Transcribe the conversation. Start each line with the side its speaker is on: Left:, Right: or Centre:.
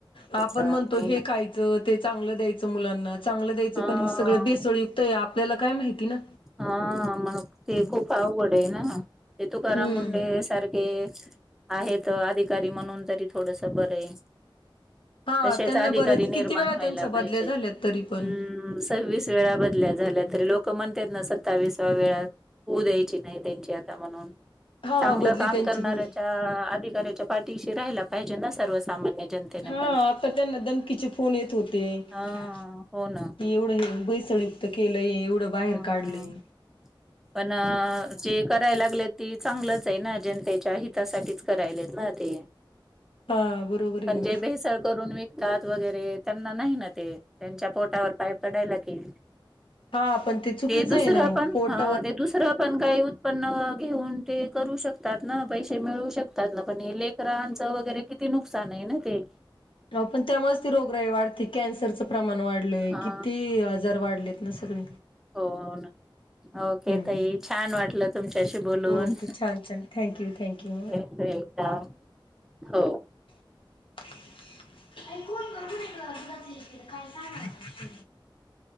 Left: आपण
Centre: हो
Left: म्हणतो हे
Centre: ना
Left: खायचं ते चांगलं द्यायचं मुलांना चांगलं द्यायचं
Centre: हा
Left: पण हे सगळं बेसळयुक्त आहे आपल्याला काय माहिती ना
Centre: हा म्हण ते खूप आवघड हाय ना. हे तुकाराम
Left: हम्म.
Centre: मुंढे सारखे आहेत अधिकारी म्हणून तरी थोडस बरं हय.
Left: <inaudible>
Centre: तशेच
Left: त्यांना
Centre: अधिकारी
Left: बरेच
Centre: निर्माण
Left: किती वेळा
Centre: व्हायला
Left: त्यांच्या बदल्या
Centre: पाहिजे.
Left: झाल्यात तरी पण
Centre: हूम सव्वीस वेळा बदल्या झाल्यात. तरी लोक म्हणतात ना, सत्तावीसाव्यात होऊ द्यायची नाही त्यांची आता म्हणून.
Left: हा
Centre: चांगलं
Left: बदली
Centre: काम
Left: त्यांची
Centre: करणाऱ्याच्या
Left: हो
Centre: अधिकाऱ्याच्या पाठीशी राहायला पाहिजे ना, सर्वसामान्य जनतेने
Left: हा,
Centre: पण
Left: आता त्यांना धमकीचे फोन येत होते. की
Centre: हा हो ना
Left: एवढं हे भेसळयुक्त केलंय, एवढं बाहेर
Centre: ह
Left: काढलयं.
Centre: पण जे करायला लागले ते चांगलच आहे ना, जनतेच्या हितासाठी करायलेत ना ते,
Left: हा बरोबर आहे
Centre: पण
Left: ना
Centre: जे भेसळ करून विकतात वगैरे त्यांना नाही ना ते त्यांच्या पोटावर पाय पडायला की.
Left: हा, पण ते चुकीचं
Centre: दुसरं
Left: आहे ना मग
Centre: पण
Left: पोट
Centre: हा ते दुसरं पण काही उत्पन्न घेऊन ते करू शकतात ना पैसे मिळू शकतात ना, पण हे लेकरांचं वगैरे किती नुकसान आहे ना ते.
Left: पण त्यामुळेच, ती रोगराई वाढते कॅन्सरचं प्रमाण वाढलंय
Centre: हा
Left: किती आजार वाढले ना. सगळे
Centre: हो ना, ओके
Left: हम्म
Centre: ताई छान! वाटलं तुमच्याशी बोलून
Left: ओके छान छान थँक्यू थँक्यू
Centre: वेलकम! हो.
Left: <unintelligible> ऐकून बघून ये गं तुला, ती ते काय सांगालेत ते.